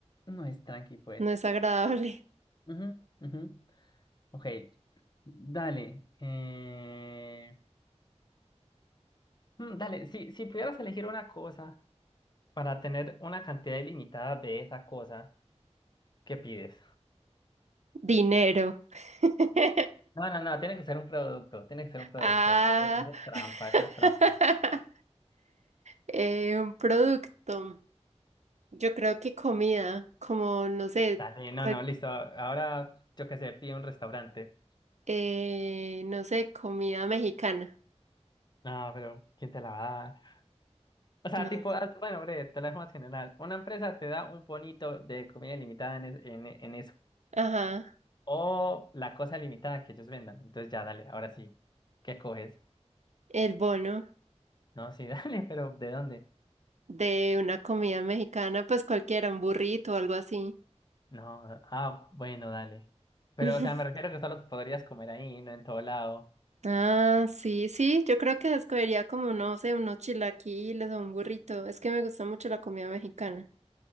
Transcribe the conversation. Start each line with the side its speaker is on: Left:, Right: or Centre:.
Left: no es tranqui, pues.
Right: No es agradable.
Left: Ujú, ujú. Ok, dale. eh, mm, Dale, si, si pudieras elegir una cosa para tener una cantidad ilimitada de esa cosa, ¿qué pides?
Right: Dinero. <laughs>
Left: No, no, no, tiene que ser un producto, tiene que ser un producto.
Right: Ah.
Left: E- e- Eres trampa,
Right: <laughs>
Left: eso es trampa.
Right: Eh, un producto. Yo creo que comida, como no sé,
Left: Dale, no,
Right: cual-
Left: no, listo. Ahora, yo qué sé, pide un restaurante.
Right: eh, no sé, comida mexicana.
Left: No, pero ¿quién te la va a dar? O sea,
Right: No.
Left: tipo,
Right: sé.
Left: ah, bueno, breve, te la dejo más general. Una empresa te da un bonito de comida ilimitada en, es- en en eso.
Right: Ajá,
Left: O la cosa limitada que ellos vendan. Entonces ya, dale, ahora sí. ¿Qué coges?
Right: el bono
Left: No, sí, <laughs> dale, pero ¿de dónde?
Right: de una comida mexicana, pues cualquiera, un burrito o algo así.
Left: No, no, ah, bueno, dale. Pero,
Right: <laughs>
Left: o sea, me refiero que solo podrías comer ahí, no en todo lado.
Right: Ah, sí, sí, yo creo que escogería como, no sé, unos chilaquiles o un burrito. Es que me gusta mucho la comida mexicana.